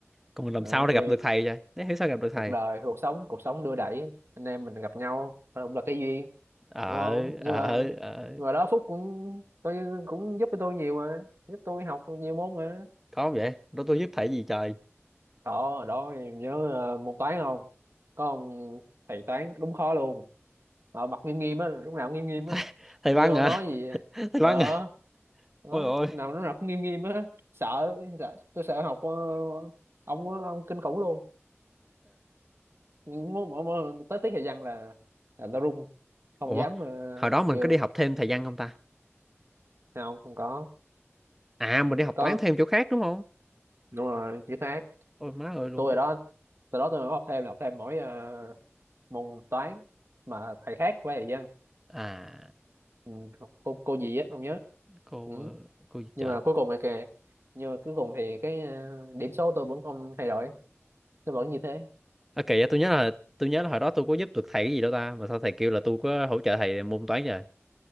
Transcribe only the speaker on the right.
Ừ,
thì
cuộc
đời cuộc sống cuộc sống đưa đẩy anh em mình gặp nhau cũng là cái duyên
đúng không nhưng
mà
nhưng mà đó Phúc cũng coi như cũng giúp cho tôi nhiều mà giúp tôi học nhiều môn mà
đó đó nhớ ờ, môn toán không có ông thầy toán đúng khó luôn mà mặt nghiêm nghiêm á lúc nào cũng nghiêm nghiêm
á
vô
nói gì
đó
đó
nào lúc nào cũng nghiêm nghiêm á sợ, sợ tôi sợ học ờ, ông á, ông kinh khủng luôn mỗi, mỗi, mỗi lần tới tiết thời gian là là tao run không
dám ờ,
kêu
không không có
có
đúng rồi chữ khác
tôi hồi
đó từ đó tôi mới học thêm là học thêm mỗi ờ, môn toán mà thầy khác với thầy văn
ừ, học cô cô gì á không nhớ
ừ.
nhưng
mà cuối cùng thì kìa nhưng mà cuối cùng thì cái ờ, điểm số tôi vẫn không thay đổi nó vẫn như thế